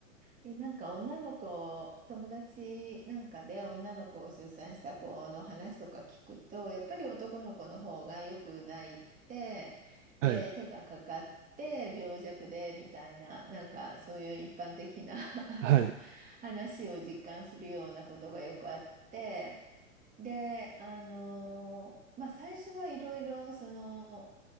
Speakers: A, on the right; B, on the right.
A: で、なんか女の子、友達なんかで女の子を出産した子の話とか聞くと、やっぱり男の子の方がよく泣いて、
B: はい、
A: で、手がかかって病弱でみたいな、なんかそういう一般的な <laughs> あの
B: はい、
A: 話を実感するようなことがよくあって、で、あの、まあ最初はいろいろその、